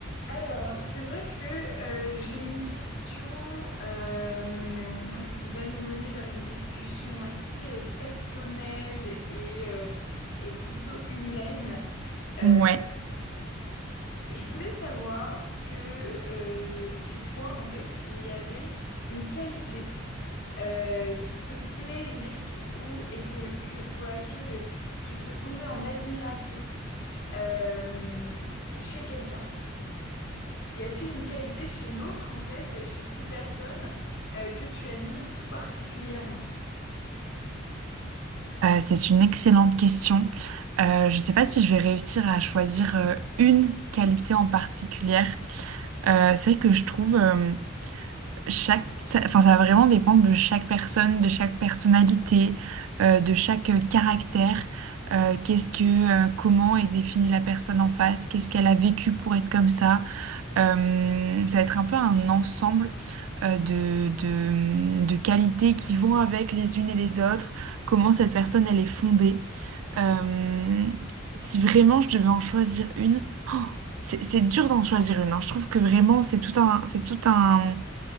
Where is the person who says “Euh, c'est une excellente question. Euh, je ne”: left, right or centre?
Right